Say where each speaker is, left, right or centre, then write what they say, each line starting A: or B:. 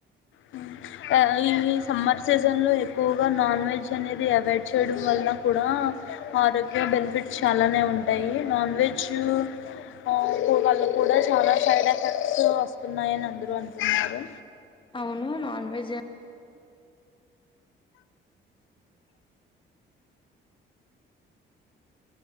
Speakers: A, on the left; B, on the left.
A: ఊ ఆ ఈ సమ్మర్ సీజన్లో ఎక్కువగా నాన్ వెజ్ అనేది అవాయిడ్ చేయడం వల్ల కూడా ఆరోగ్య బెనిఫిట్స్ చాలానే ఉంటాయి నాన్ వెజు ఊ కు వాళ్ళు కూడా చాలా సైడ్ ఎఫెక్ట్స్ వస్తున్నాయని అందరూ అంటున్నారు
B: అవును నాన్ వెజ్